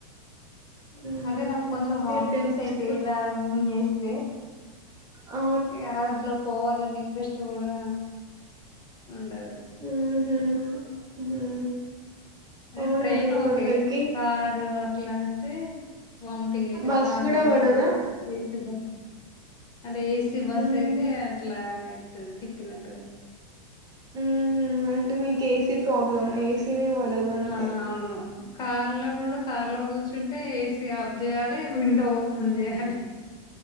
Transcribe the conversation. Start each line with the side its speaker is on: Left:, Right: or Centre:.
Right: ఉమ్,
Left: అంటే నాకు
Right: అంటే
Left: కొంచెం వామిటింగ్స్
Right: టెంపుల్స్
Left: అయితే ట్రావెలింగ్ చేస్తే
Right: ఆ
Left: ఇగ అ దాంట్లో పోవాలని ఇంట్రెస్ట్ కూడా ఉండదు
Right: ఊహు ఉహు
Left: అ
Right: అవును
Left: ట్రైన్
Right: ఎందుకు
Left: ఓకే
Right: కొందరికి
Left: కారు అట్లా అయితే వమిటింగ్ ఇది
Right: బస్సు
Left: కారు
Right: కూడా
Left: బస్సు
Right: పడదా
Left: ఏసీ బస్ అంటే ఏసీ బస్
Right: ఉహు
Left: అయితే అట్లా ఐతది తిప్పినట్టుగా
Right: ఉహు అంటే మీకు ఏసీ ప్రాబ్లం ఏసీనే పడదు అంతే
Left: ఆ! అవును కార్ లో కూడా కార్ లో కూర్చుంటే ఏసి ఆఫ్ చేయాలి విండో ఓపెన్ చేయాలి